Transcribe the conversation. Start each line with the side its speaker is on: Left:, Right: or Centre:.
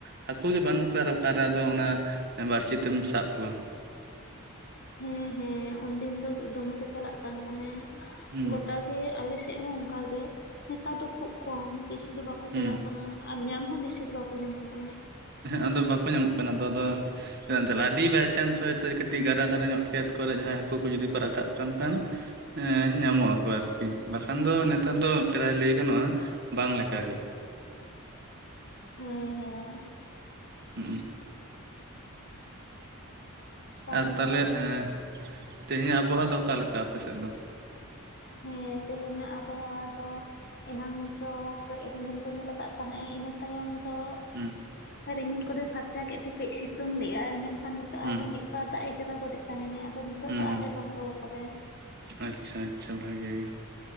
Right: ᱦᱟᱹᱠᱩ ᱜᱮ ᱵᱟᱹᱱᱩᱜ ᱠᱚᱣᱟ ᱟᱨ ᱚᱠᱟᱨᱮ ᱟᱫᱚ ᱚᱱᱟ ᱵᱟᱹᱲᱛᱤ ᱛᱮᱢ ᱥᱟᱵ ᱠᱚᱣᱟ
Left: ᱦᱮᱸ ᱦᱮᱸ ᱩᱱᱫᱤᱱ ᱫᱚ ᱫᱚᱢᱮ ᱠᱚ ᱪᱟᱞᱟᱜ ᱠᱟᱱ ᱛᱟᱦᱮᱸᱫ
Right: ᱦᱩᱸ
Left: ᱜᱚᱴᱟ ᱟᱞᱮ ᱥᱮᱫ ᱦᱚᱸ ᱚᱱᱠᱟᱜᱮ ᱱᱮᱛᱟᱨ ᱫᱚ ᱠᱷᱩᱵ ᱠᱚᱢ ᱵᱮᱥᱤ ᱫᱚ ᱵᱟ ᱵᱟᱠᱚ
Right: ᱦᱩᱸ
Left: ᱪᱟᱞᱟᱜ ᱠᱟᱱᱟ ᱟᱨ ᱧᱟᱢ ᱦᱚᱸ ᱵᱮᱥᱤ ᱫᱚ ᱵᱟᱠᱚ ᱧᱟᱢᱚᱜ ᱠᱟᱱᱟ
Right: ᱟᱫᱚ ᱵᱟᱠᱚ ᱧᱟᱢᱚᱜ ᱠᱟᱱᱟ ᱛᱚ ᱟᱫᱚ ᱪᱮᱫᱟᱜ ᱮᱢ ᱪᱟᱞᱟᱜ-ᱟ ᱟᱹᱰᱤ ᱵᱟᱭᱪᱟᱱᱥ ᱦᱚᱭᱛᱳ ᱠᱟᱹᱴᱤᱡ ᱜᱟᱰᱟ ᱫᱷᱟᱨᱮ ᱧᱚᱜ ᱠᱷᱮᱛ ᱠᱚᱨᱮ ᱡᱟᱦᱟᱸᱭ ᱦᱟᱹᱠᱩ ᱠᱚ ᱡᱩᱫᱤ ᱠᱚ ᱨᱟᱠᱟᱵ ᱠᱟᱱ ᱠᱷᱟᱱ ᱧᱟᱢᱚᱜ ᱟᱠᱚ ᱟᱨᱠᱤ ᱵᱟᱠᱷᱟᱱ ᱫᱚ ᱱᱮᱛᱟᱨ ᱫᱚ ᱯᱨᱟᱭ ᱞᱟᱹᱭ ᱜᱟᱱᱚᱜᱼᱟ ᱵᱟᱝ ᱞᱮᱠᱟ᱾ ᱞᱮᱠᱟ ᱜᱮ
Left: ᱦᱩᱸ ᱦᱩᱸ
Right: ᱦᱩ
Left: ᱛᱟᱞᱦᱮ
Right: ᱟᱨ ᱛᱟᱦᱞᱮ ᱮᱸ ᱛᱮᱦᱮᱧᱟᱜ ᱟᱵᱚᱦᱟᱣᱟ ᱫᱚ ᱚᱠᱟ ᱞᱮᱠᱟ ᱟᱯᱮ ᱥᱮᱫ ᱫᱚ?
Left: ᱦᱮᱸ ᱛᱮᱦᱮᱧᱟᱜ ᱟᱵᱚᱦᱟᱣᱟ ᱫᱚ ᱮᱱᱟᱝ ᱫᱚ ᱠᱟᱹᱡ ᱨᱤᱢᱤᱞ ᱨᱤᱢᱤᱞ ᱟᱠᱟᱫ ᱛᱟᱦᱮᱸᱫ ᱤᱱᱟᱹ ᱛᱟᱭᱚᱢ ᱫᱚ
Right: ᱦᱮᱸ
Left: ᱨᱤᱢᱤᱞ ᱠᱚᱫᱚᱭ ᱯᱷᱟᱨᱪᱟ ᱠᱮᱫ ᱛᱮ ᱠᱟᱹᱡ ᱥᱤᱛᱩᱝ ᱞᱮᱜ-ᱟᱭ ᱢᱮᱱᱠᱷᱟᱱ ᱱᱤᱛᱚᱜ
Right: ᱦᱩᱸ
Left: ᱟᱨᱦᱚᱸ ᱢᱤᱫᱵᱟᱨ ᱫᱟᱜ ᱮ ᱡᱚᱨᱚ ᱜᱚᱫ ᱮᱫ ᱛᱟᱦᱮᱱᱟᱭ ᱟᱫᱚ ᱱᱤᱛᱚᱜ
Right: ᱦᱩᱸ
Left: ᱫᱚ
Right: ᱦᱩᱸ
Left: ᱟᱨᱦᱚᱭ ᱵᱚᱱᱫᱚ ᱟᱠᱟᱫᱟᱭ
Right: ᱟᱪᱪᱷᱟ ᱟᱪᱪᱷᱟ ᱵᱷᱟᱜᱤ ᱜᱮᱭᱟ